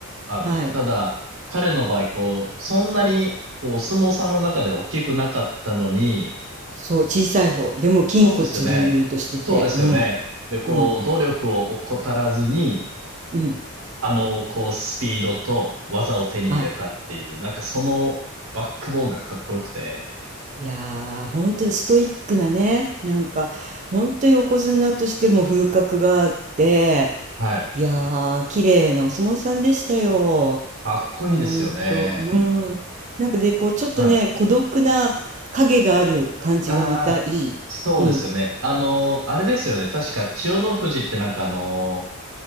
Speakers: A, on the right (about 70°); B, on the right (about 35°).
A: あるんで。
B: はい。
A: ただ、彼の場合、こう、そんなに、こう、お相撲さんの中で大きくなかったのに、
B: そう、小さい方。でも、筋骨隆々としてて。
A: そうですよね。そうですよね。
B: うん。
A: で、こう、
B: うん。
A: 努力を怠らずに、
B: うん。
A: あの、こう、スピードと技を手に入れたっていう、
B: はい。
A: なんかそのバックボーンがかっこよくて、
B: いやー、ほんとストイックなね。なんか、ほんと横綱としても風格があって、
A: はい。
B: いやー、綺麗なお相撲さんでしたよ。
A: かっこいいですよね。
B: ほんと、うん。なんかで、こう、ちょっとね、
A: はい。
B: 孤独な影がある感じがまたいい。
A: ああ、そうですよね。
B: うん、
A: あの、あれですよね。確か、千代の富士ってなんかあの、